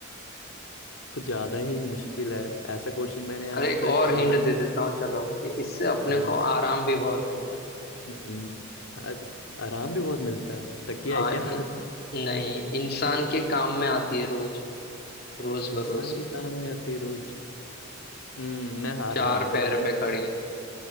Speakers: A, on the left (about 85°); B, on the left (about 45°).
A: कुछ ज्यादा ही मुश्किल है ऐसा क्वेश्चन मैंने आज
B: अरे एक
A: तक
B: और
A: सुना
B: हिंट
A: भी
B: दे
A: नहीं
B: देता हूँ चलो कि इससे अपने
A: है। आ,
B: को आराम भी बहुत मिलता है
A: हम्म, आ- आराम भी बहुत मिलता है तकिया
B: हाँ
A: है क्या <laughs>
B: इन, नहीं इंसान के काम में आती है रोज रोज बरोज
A: इंसान के
B: में
A: काम में आती है रोज हम्म मैं हार
B: चार
A: मानता
B: पैर
A: हूँ इसमें
B: पे खड़ी
A: <laughs>
B: है